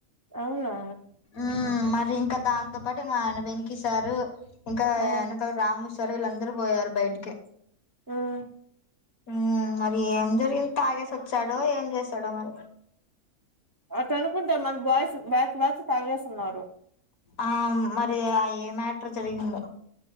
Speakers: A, on the right (about 30°); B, on the left (about 80°).
A: అవునా
B: మ్మ్ మరి ఇంకా దాంతో పాటు ఇంగ ఆయన వెం కీ సారు ఇంకా వెనకాల
A: ఆ
B: రాము స్ సరు వీళ్ళందరూ పోయారు బయటికి
A: ఆ
B: హుమ్మ్ మరి ఏం జరిగింది తాగేసి వచ్చాడో ఏం చేసాడో మరి
A: అటు అనుకుంటే మన బాయ్స్ బ్యాచ్ బ్యాచ్ తాగేస్తున్నారు
B: ఆ మరి ఆ ఏ మ్యాటర్ జరిగిందో